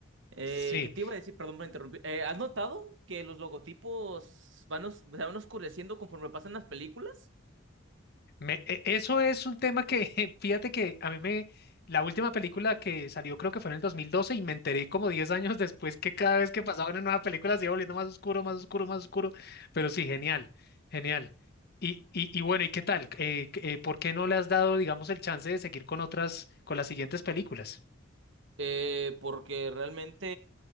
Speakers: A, on the right; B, on the left.
A: Eh,
B: sí.
A: ¿qué te iba a decir? Perdón por interrumpir. Eh, ¿has notado que los logotipos van, os- se van oscureciendo conforme pasan las películas?
B: Me- e- eso es un tema que, <laughs> fíjate que a mí me, la última película que salió creo que fue en el 2012 y me enteré como 10 años <laughs> después que cada vez que pasaba una nueva película se iba volviendo más oscuro, más oscuro, más oscuro, pero sí, genial, genial. Y, y, y bueno, ¿y qué tal? Eh, eh, ¿por qué no le has dado, digamos, el chance de seguir con otras, con las siguientes películas?
A: Eh, porque realmente